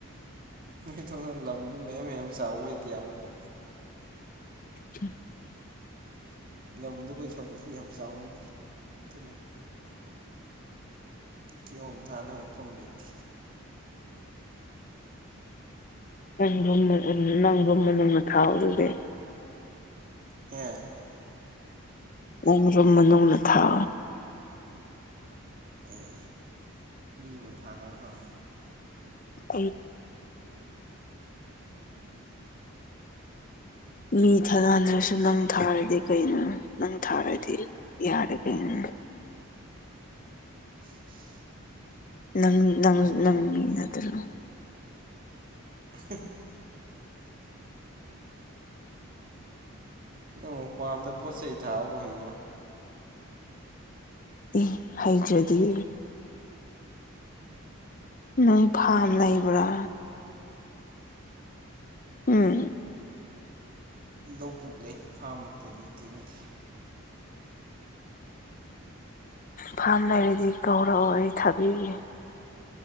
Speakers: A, on the right (about 40°); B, on the left (about 40°).
A: ꯅꯣꯏ ꯊ ꯊꯣꯛꯅ ꯂꯝꯗꯨ ꯃꯌꯥꯝ ꯃꯌꯥꯝ ꯆꯥꯎꯕ ꯑꯣꯏꯗꯦꯕꯀꯣ
B: <unintelligible>
A: ꯂꯝꯗ ꯀꯣꯏ ꯁꯣꯟꯗꯗꯤ ꯌꯥꯝ ꯆꯥꯎꯅꯗ ꯑꯗꯨꯨꯅ ꯀꯤꯌꯣꯝꯊꯥꯅ ꯃꯐꯝ ꯂꯩꯇꯦ
B: ꯅꯪꯒꯨꯝ ꯅꯪꯒꯨꯝꯅ ꯅꯪꯅ ꯊꯥꯎ ꯑꯗꯨꯗꯤ
A: ꯍꯦ
B: ꯎꯔ ꯃꯅꯅ ꯊꯥ
A: ꯑꯦ ꯃꯤꯕꯨ ꯊꯥꯅꯕ꯭ꯔꯣ
B: ꯎ ꯃꯤꯊꯦ ꯅꯥꯟ ꯁ
A: ꯏꯁ
B: ꯅꯪ ꯊꯥꯔ ꯀꯩꯅꯣ ꯅꯪ ꯊꯥꯔꯗꯤ ꯌꯥꯔꯦ ꯀꯩꯅꯣ
A: <unintelligible>
B: ꯪ ꯅꯪ
A: ꯅꯪꯕꯨ
B: ꯅꯪꯉ ꯅꯠꯇ꯭ꯔꯣ
A: <unintelligible> ꯅꯪ ꯄꯥꯝꯗ ꯄꯣꯠ ꯆꯩꯩ ꯊꯥꯕ ꯍꯩꯕ꯭ꯔꯥ
B: ꯑꯦ ꯍꯥꯏꯖ꯭ꯔꯗꯤꯌꯦ
A: ꯎꯝ
B: ꯅꯣꯏ ꯐꯥꯝ ꯂꯩꯕ꯭ꯔꯥ ꯎꯝ
A: ꯂꯧꯕꯨꯛ ꯂꯩ ꯐꯥꯝꯃꯛꯇꯤ ꯂꯩꯇꯦ ꯑꯣꯏꯗꯦ
B: ꯐꯥꯝ ꯂꯩꯔꯗꯤ ꯀꯧꯔꯛꯑꯣ ꯑꯩ ꯊꯥꯕꯤꯒꯦ